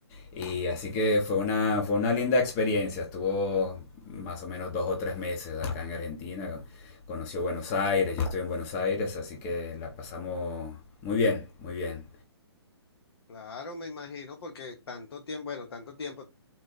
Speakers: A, on the left (about 20°); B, on the left (about 65°).
A: Y así que fue una, fue una linda experiencia. Estuvo más o menos dos o tres meses acá en Argentina. Conoció Buenos Aires, yo estoy en Buenos Aires, así que la pasamos muy bien, muy bien.
B: Claro, me imagino, porque tanto tiempo, bueno, tanto tiempo.